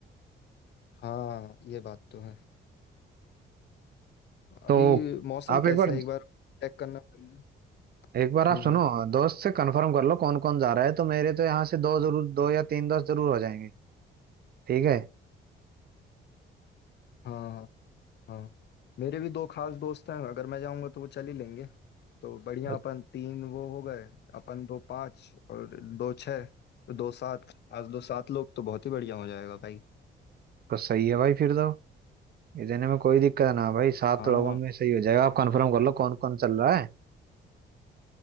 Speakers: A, on the left; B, on the right.
A: हाँ ये बात तो है
B: तो
A: अभी मौसम
B: आप
A: कैसा
B: एक बार
A: है एक बार चेक करना पड़ेगा
B: एक बार आप
A: हम्म
B: सुनो दोस्त से कंफर्म कर लो कौन कौन जा रहा है तो मेरे तो यहाँ से दो जरूर दो या तीन दोस्त जरूर हो जाएंगे ठीक है
A: हाँ हाँ हाँ मेरे भी दो खास दोस्त हैं अगर मैं जाऊंगा तो वो चल ही लेंगे तो बढ़िया
B: तो,
A: अपन तीन वो हो गए अपन दो पाँच और दो छः तो दो सात आज दो सात लोग तो बहुत ही बढ़िया हो जाएगा भाई
B: तो सही है भाई फिर तो इतने में कोई दिक्कत ना भाई सात
A: हाँ
B: लोगों में सही हो जाएगा आप कंफर्म कर लो कौन कौन चल रहा है